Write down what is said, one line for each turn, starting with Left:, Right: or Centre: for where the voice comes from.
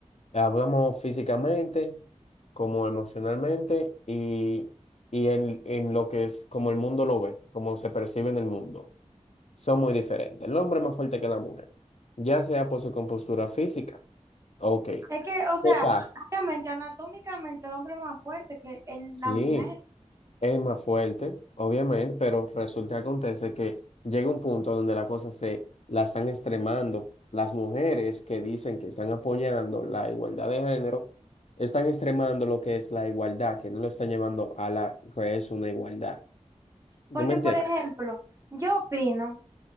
Left: Hablamos físicamente, como emocionalmente y, y en, en lo que es como el mundo lo ve, como se percibe en el mundo. Son muy diferentes. El hombre es más fuerte que la mujer, ya sea por su compostura física. Ok, ¿qué
Right: Es que, o sea,
Left: pasa?
Right: obviamente, anatómicamente el hombre es más fuerte que el-
Left: Sí.
Right: la mujer.
Left: Es más fuerte, obviamente, pero resulta que acontece que llega un punto donde la cosa se la están extremando. Las mujeres que dicen que están apoyando la igualdad de género, están extremando lo que es la igualdad, que no lo están llevando a la que es una igualdad. ¿Tú
Right: Porque,
Left: me entiendes?
Right: por ejemplo, yo opino.